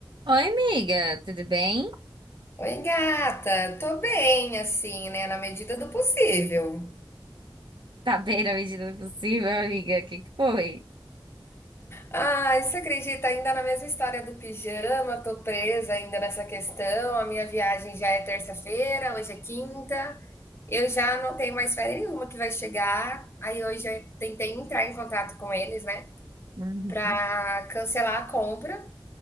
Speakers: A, on the right; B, on the left.
A: Oi, amiga, tudo bem?
B: Oi, gata. Tô bem, assim, né? Na medida do possível.
A: Tá bem na medida do possível, amiga? O que que foi?
B: Ai, você acredita? Ainda na mesma história do pijama, tô presa ainda nessa questão. A minha viagem já é terça-feira, hoje é quinta. Eu já não tenho mais férias nenhuma que vai chegar. Aí hoje eu tentei entrar em contato com eles, né?
A: Uhum.
B: Pra cancelar a compra